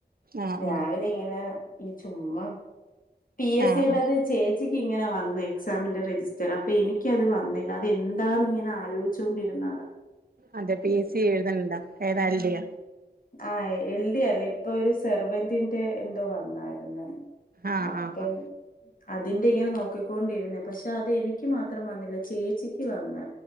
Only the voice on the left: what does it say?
രാവിലെ
ഇങ്ങനെ ഈ ചുമ്മാ പി എസ്
സിയുടെത്
ചേച്ചിക്ക് ഇങ്ങനെ വന്നു എക്സാമിന്റെ രജിസ്റ്റ റ്ററ് എനിക്ക അത് വന്നില്ല അത് എന്താന്ന് ഇങ്ങെ ആലോചിച്ചുകൊണ്ടിരുന്നതാ
ആഹ് എൽ ഡി അല്ല ഇപ്പൊ ഒരു സെർവന്റിന്റെ എന്തോ വന്നായിരുന്നു
അപ്പം
അതിന്റെ ഇങ്ങനെ നോക്കിക്കൊണ്ടിരുന്നേ പക്ഷെ അത് എനിക്ക് മാത്രം വന്നില്ല ചേച്ചി ക്ക് വന്ന്